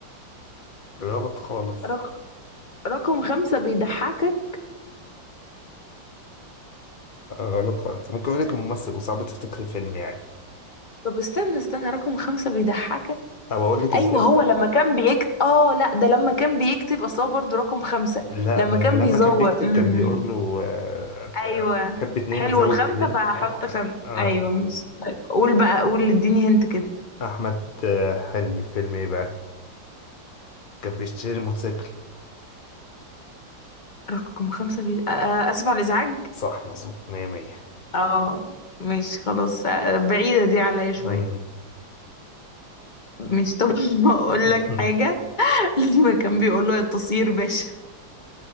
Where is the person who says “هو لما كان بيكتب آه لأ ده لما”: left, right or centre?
Left